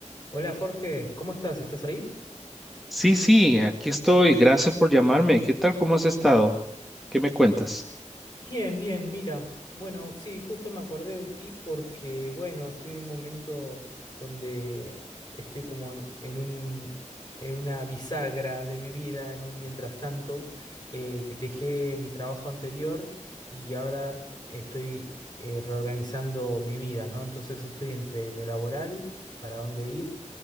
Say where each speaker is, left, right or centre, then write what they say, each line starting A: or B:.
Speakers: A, on the left; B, in the centre.
A: Hola Jorge, ¿cómo estás? ¿Estás ahí?
B: Sí, sí, aquí estoy. Gracias por llamarme. ¿Qué tal? ¿Cómo has estado? ¿Qué me cuentas?
A: Bien, bien, mira. Bueno, sí, justo me acordé de ti porque, bueno, estoy en un momento donde estoy como en, en un, en una bisagra de mi vida, en un mientras tanto. Eh, dejé mi trabajo anterior y ahora estoy eh, reorganizando mi vida, ¿no? Entonces estoy entre lo laboral, para dónde ir